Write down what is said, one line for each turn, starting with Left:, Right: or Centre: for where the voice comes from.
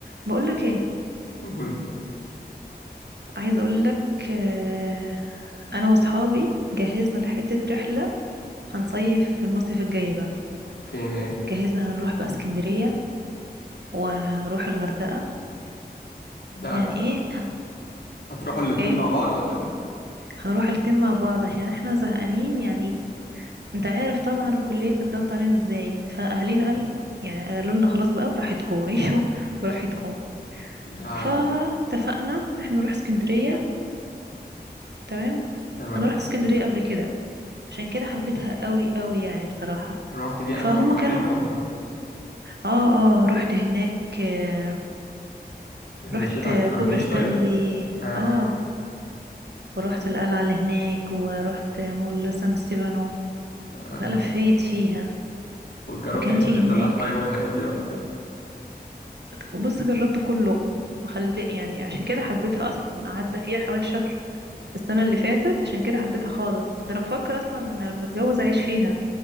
Right: بقولك ايه
Left: قول
Right: عايزه اقولك آه، انا واصحابي جهزنا لحته رحله هنصيف في المصيف الجاي بقى
Left: فين ايه
Right: جهزنا هنروح بقى اسكندريه وهنروح الغردقه
Left: ده
Right: يعني ايه
Left: هتروحوا الاتنين
Right: ايه
Left: مع بعض ولا ايه
Right: هنروح الاتنين مع بعض عشان احنا زهقانين يعني انت عارف طبعا الكليه كان ضغط علينا ازاي فاهالينا
Left: <laughs>
Right: قال يعني قالوا لنا خلاص بقى براحتكم <laughs> عيشوا براحتكم
Left: ده
Right: فاتفقنا
Left: انت
Right: ان احنا نروح اسكندريه تمام
Left: تمام
Right: انا رحت اسكندريه قبل كده عشان كده حبيتها قوي قوي يعني بصراحه
Left: رحت في
Right: فهم
Left: اماكن معينة
Right: كانوا
Left: ولا
Right: اه اه رحت هناك آه،
Left: مشيت
Right: رحت
Left: على الكورنيش
Right: كوبري ستانلي
Left: طيب اها
Right: اه ورحت القلعة اللي هناك ورحت مول سان ستيفانو
Left: اها
Right: لا لفيت فيها
Left: وجربت
Right: وكان
Left: كبدة
Right: في
Left: الفلاح
Right: هناك
Left: طيب والحاجات دي ولا
Right: وبص جربت كله مخلي يعني عشان كده حبيتها اصلا قعدنا فيها حوالي شهر السنة اللي فاتت عشان كده حبيتها خالص ده انا بفكر اصلا إن لما اتجوز اعيش فيها